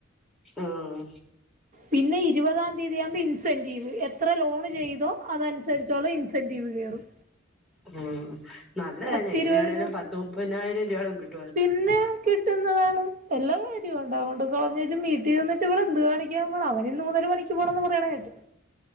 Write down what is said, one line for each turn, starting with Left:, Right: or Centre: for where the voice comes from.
Centre: ആഹ്
Right: പിന്നെ ഇരുപതാം തീയതി ആകുമ്പോൾ ഇൻസെന്റീവ് എത്ര ലോണ് ചെയ്തോ അതനുസരിച്ചുള്ള ഇൻസെന്റീവ് കയറും
Centre: ഉംഹ് നല്ലതാരുന്നു
Right: പത്തിരുപത്
Centre: എങ്ങനെയാണേലും
Right: ഇരുപത്തി
Centre: പത്ത് മുപ്പതിനായിരം രൂപയോളം കിട്ടും
Right: പിന്നെ കിട്ടുന്നതാണ് വല്ല കാര്യവും ഉണ്ടോ അതുകൊണ്ട് കളഞ്ഞേച്ച് വീട്ടിൽ ഇരുന്നിട്ട് ഇവള് എന്ത് കാണിക്കാൻ പോവാണ് അവന് ഇന്ന് മുതൽ പണിക്ക് പോകണംന്ന് പറയണ കേട്ട്